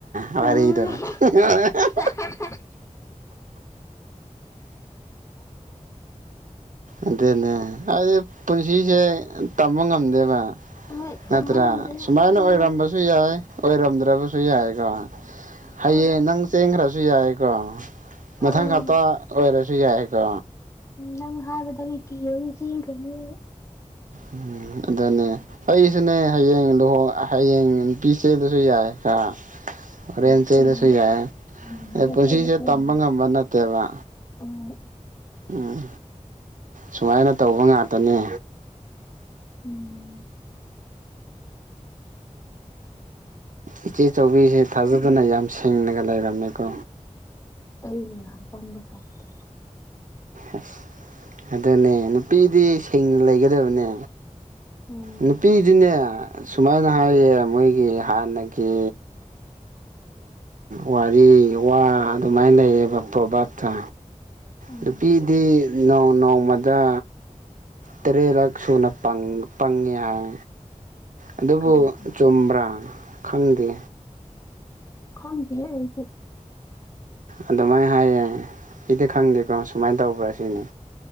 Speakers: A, on the right; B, on the left.
A: ꯑ ꯋꯥꯔꯤꯗꯣ
B: ꯎꯝ
A: <unintelligible>
B: <unintelligible>
A: ꯑꯗꯨꯅꯦ ꯑꯩꯗꯤ ꯄꯨꯟꯁꯤꯁꯦ ꯇꯝꯕ ꯉꯝꯗꯦꯕ
B: ꯍꯣꯏ ꯇꯝꯕ
A: ꯅꯠꯇ꯭ꯔꯥ
B: ꯉꯝꯗꯦ
A: ꯁꯨꯃꯥꯏꯅ
B: ꯎꯝ
A: ꯑꯣꯏꯔꯝꯕꯁꯨ ꯌꯥꯏ ꯑꯣꯏꯔꯝꯗ꯭ꯔꯕꯁꯨ ꯌꯥꯏꯀꯣ ꯍꯌꯦꯡ
B: ꯍꯣꯏ
A: ꯅꯪ ꯆꯦꯟꯈ꯭ꯔꯁꯨ ꯌꯥꯏꯀꯣ ꯃꯊꯪ
B: ꯎꯝ
A: ꯍꯞꯇꯥ ꯑꯣꯏꯔꯁꯨ ꯌꯥꯏꯀꯣ
B: ꯅꯪ ꯍꯥꯏꯕꯗꯗꯒꯤ ꯀꯤꯍꯣꯑꯦ ꯆꯦꯡꯈ꯭ꯔꯅꯤꯌꯦ
A: ꯎꯝ ꯑꯗꯨꯅꯦ ꯑꯩꯁꯨꯅꯦ ꯍꯌꯦꯡ ꯂꯨꯍꫭꯟ ꯍꯌꯦꯡ ꯅꯨꯄꯤ ꯆꯦꯕꯁꯨ ꯌꯥꯏ ꯀ ꯍꯣꯔꯦꯟ
B: ꯀꯅꯥ
A: ꯆꯩꯗꯁꯨ
B: ꯈꯪꯕ꯭ꯔꯥ
A: ꯌꯥꯏ
B: ꯎꯝ ꯍꯧꯖꯤꯛ
A: ꯑ ꯄꯨꯟꯁꯤꯁꯦ
B: ꯆꯦꯜꯂꯁꯨ
A: ꯇꯝꯕ
B: ꯌꯥꯔꯦ
A: ꯉꯝꯕ ꯅꯠꯇꯦꯕ
B: ꯎꯝ
A: ꯎꯝ ꯁꯨꯃꯥꯏꯅ ꯇꯧꯕ ꯉꯥꯛꯇꯅꯦ
B: ꯎꯝ
A: ꯏꯆꯦ ꯆꯧꯕꯤꯁꯦ ꯊꯥꯖꯗꯅ ꯌꯥꯝ ꯁꯦꯡꯅꯒ ꯂꯩꯔꯝꯃꯦꯀꯣ
B: ꯑꯩꯕꯨꯅ ꯑꯄꯥꯝꯕ ꯇꯥꯞꯇꯥ
A: ꯑꯁ ꯑꯗꯨꯅꯦ ꯅꯨꯄꯤꯗꯤ ꯁꯦꯡꯅ ꯂꯩꯒꯗꯕꯅꯦ
B: ꯎꯝ
A: ꯅꯨꯄꯤꯗꯨꯅꯦ ꯁꯨꯃꯥꯏꯅ ꯍꯥꯏꯌꯦ ꯃꯣꯏꯒꯤ ꯍꯥꯟꯅꯒꯤ ꯋꯥꯔꯤ ꯋꯥ ꯑꯗꯨꯃꯥꯏꯅ ꯂꯩꯌꯦꯕ ꯄ꯭ꯔꯣꯚꯞꯇ
B: ꯎꯝ
A: ꯅꯨꯄꯤꯗꯤ ꯅꯣꯡ ꯅꯣꯡꯃꯗ ꯇꯔꯦꯠꯔꯛ ꯁꯨꯅ ꯄꯪꯉꯦ ꯍꯥꯏ ꯑꯗꯨꯕꯨ
B: ꯀꯔꯤꯒꯤ
A: ꯆꯨꯝꯕ꯭ꯔꯥ ꯈꯪꯗꯦ
B: ꯍꯪꯂ ꯍꯥꯏꯁꯤ
A: ꯑꯗꯨꯃꯥꯏꯅ ꯍꯥꯏꯌꯦ ꯏꯗꯤ ꯈꯪꯗꯦꯀꯣ ꯁꯨꯃꯥꯏꯅ ꯇꯧꯕ꯭ꯔꯥ ꯁꯤꯅꯤ